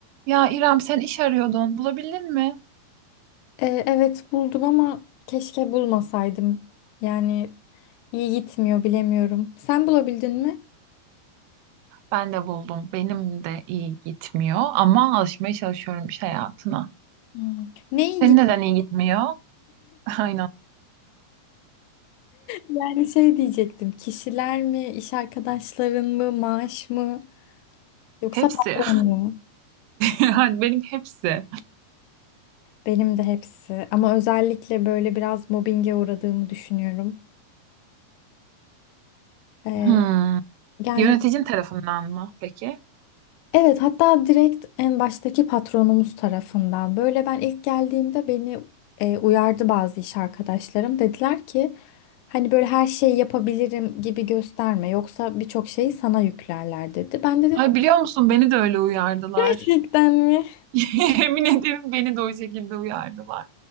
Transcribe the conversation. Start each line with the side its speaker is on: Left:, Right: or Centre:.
Right: Ya İrem sen iş arıyordun. Bulabildin mi?
Left: E, evet buldum ama keşke bulmasaydım. Yani iyi gitmiyor bilemiyorum. Sen bulabildin mi?
Right: Ben de buldum. Benim de iyi gitmiyor ama alışmaya çalışıyorum iş hayatına.
Left: Hmm. Ne iyi
Right: Senin
Left: gitti?
Right: neden iyi gitmiyor? <laughs> Aynen.
Left: Yani şey diyecektim. Kişiler mi, iş arkadaşların mı, maaş mı yoksa
Right: Hepsi.
Left: patron
Right: <laughs>
Left: mu?
Right: Yani benim hepsi.
Left: Benim de hepsi. Ama özellikle böyle biraz mobbinge uğradığımı düşünüyorum. E,
Right: Hmm.
Left: yani
Right: Yöneticin tarafından mı peki?
Left: Evet, hatta direkt en baştaki patronumuz tarafından. Böyle ben ilk geldiğimde beni e, uyardı bazı iş arkadaşlarım. Dediler ki hani böyle her şeyi yapabilirim gibi gösterme. Yoksa birçok şeyi sana yüklerler dedi. Ben de dedim
Right: Ay biliyor musun beni de öyle uyardılar.
Left: gerçekten mi?
Right: <laughs> Yemin ederim beni de o şekilde uyardılar.